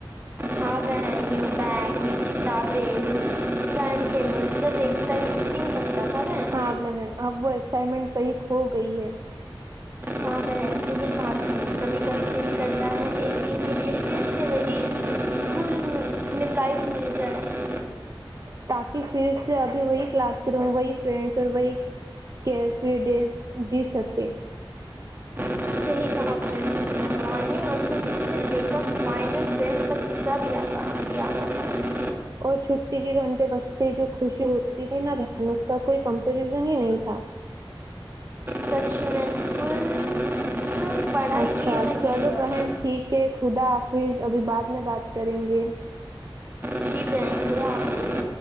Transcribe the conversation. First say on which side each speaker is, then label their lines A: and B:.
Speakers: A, on the right; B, on the right.
A: ہاں بہن نیو بیگ نیو کتابیں نیو ٹائم ٹیبل سب ایک ساتھ ہی فٹنگ لگتا تھا بہن
B: ہاں بہن اب وہ ایکسائٹمنٹ کئی کھ گئی ہے
A: ماں بہن سے ہی پڑھاتی ہیں کبھی کبھی دل کرتا
B: <unintelligible>
A: ہے ایک دن کے لیے پھر سے وہی اسکول میں لائف مل جائے
B: تاکہ پھر سے ابھی وہی کلاس روم وہی فرینڈس اور وہی کیئر فری ڈیٹس جی سکے
A: صحیح کہا فرینڈ نے مارننگ اسمبلی سے لے کر فائنل بیل تک سب یاد آ یاد آتا ہے
B: اور چھٹی کے گھنٹے بجتے جو خوشی ہوتی تھی نا بہن اس کا کوئی کمپریزن ہی نہیں تھا
A: سچ میں اسکول صرف پڑھائی
B: اچھا
A: کی نہیں
B: چلو
A: جی
B: بہن ٹھیک ہے خدا حافظ ابھی بعد میں بات کریں گے
A: بہن خدا حافظ